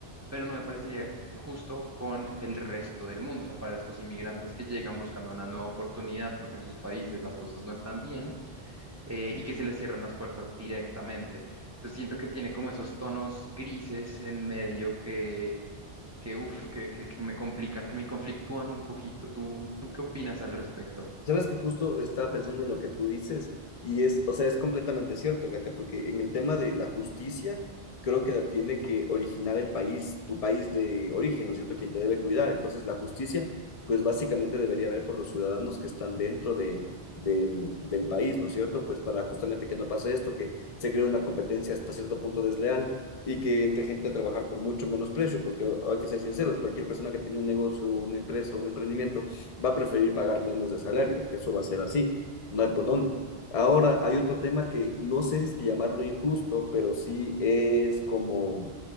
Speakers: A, on the right (about 20°); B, on the left (about 45°).
A: pero no me parecería justo con el resto del mundo, o sea, para estos inmigrantes que llegan buscando una nueva oportunidad porque en sus países las cosas no están bien eh, y que se les cierran las puertas directamente. Entonces siento que tiene como esos tonos grises en medio que que, uf, que, que, que me complican, que me conflictúan un poquito. ¿Tú, tú qué opinas al respecto?
B: Sabes que justo estaba pensando en lo que tú dices y es, o sea, es completamente cierto, Katia, porque en el tema de la justicia, creo que la tiene que originar el país, tu país de origen, ¿no es cierto?, quien te debe cuidar. Entonces, la justicia, pues básicamente debería haber por los ciudadanos que están dentro de, del, del país, ¿no es cierto?, pues para justamente que no pase esto, que se cree una competencia hasta cierto punto desleal y que entre gente a trabajar por mucho menos precio, porque hay que ser sinceros, cualquier persona que tenga un negocio, una empresa, un emprendimiento, va a preferir pagar menos de salario, es que eso va a ser así, no hay por dónde. Ahora, hay otro tema que no sé si es que llamarlo injusto, pero sí es como